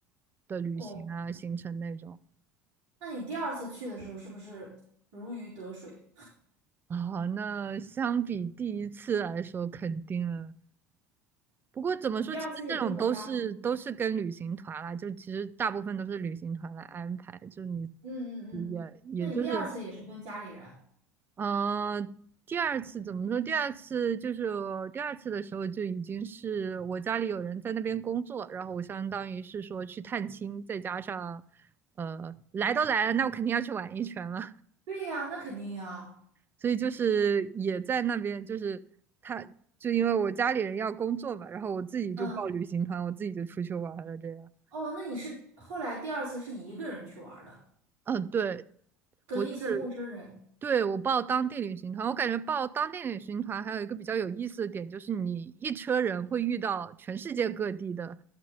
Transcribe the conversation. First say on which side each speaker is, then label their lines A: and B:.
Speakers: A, on the right; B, on the right.
A: 的旅行啊、
B: 哦，
A: 行程那种。
B: 那你第二次去的时候是不是如鱼得水？
A: 啊、那相比第一次来说，肯定了。不过怎么说，
B: 你第二次也是和家里人？
A: 其实这种都是都是跟旅行团啦，就其实大部分都是旅行团来安排，就你
B: 嗯嗯嗯，
A: 也也就是
B: 那你第二次也是跟家里人？
A: 嗯，呃第二次怎么说？第二次就是我第二次的时候就已经是我家里有人在那边工作，然后我相当于是说去探亲，再加上呃来都来了，那我肯定要去玩一圈了，
B: 对呀，那肯定呀。
A: <laughs> 所以就是也在那边，就是他就因为我家里人要工作嘛，然后我自己就报旅行团，
B: 嗯。
A: 我自己就出去玩了这样。
B: 哦，那你是后来第二次是一个人去玩儿的，
A: 嗯，对，
B: 跟一些陌生人。
A: 我就是。对，我报当地旅行团，我感觉报当地旅行团还有一个比较有意思的点，就是你一车人会遇到全世界各地的